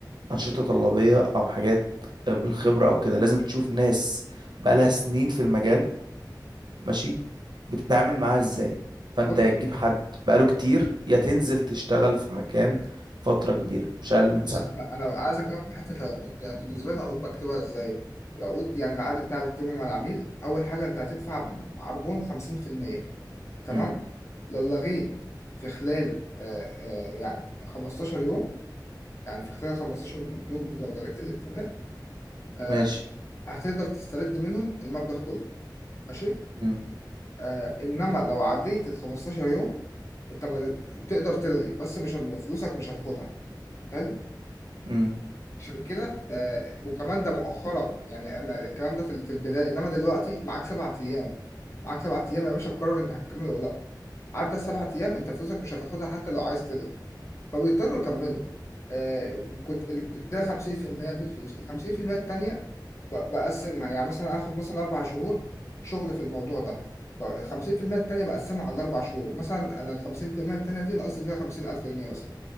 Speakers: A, on the right; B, on the left.
A: أنشطة طلابية أو حاجات بالخبرة أو كده لازم تشوف ناس بقالها سنين في المجال ماشي بتتعامل معاها إزاي فأنت
B: بص
A: يا تجيب حد بقاله كتير يا تنزل تشتغل في مكان فترة كبيرة مش أقل من
B: بص
A: سنة
B: انا انا عايز اكلمك في حته العقود يعني بالنسبه لي العقود بكتبها ازاي العقود يعني العقد بتاعي بكتبه مع العميل اول حاجه انت هتدفع عربون 50% تمام
A: امم
B: لو لغيت في خلال آه آه يعني 15 يوم يعني في خلال 15 يوم يوم دول لو لغيت الاتفاق آه
A: ماشي
B: هتقدر تسترد منهم المبلغ كله ماشي
A: امم
B: آه انما لو عديت ال 15 يوم انت ما تقدر تلغي بس مش فلوسك مش هتاخدها حلو
A: امم
B: عشان كده آه وكمان ده مؤخرا يعني انا الكلام ده في في البدايه انما دلوقتي معاك سبع ايام معاك سبع ايام يا باشا تقرر انت هتكمل ولا لا عدى السبع ايام انت فلوسك مش هتاخدها حتى لو عايز تلغي فبيضطروا يكملوا آه كنت ده 50% من الفلوس ال 50% التانيه ب- بقسمها يعني مثلا اخد مثلا اربع شهور شغل في الموضوع ده ال 50% التانيه بقسمها على الاربع شهور مثلا انا ال 50% التانيه دي ناقصت فيها 50000 جنيه مثلا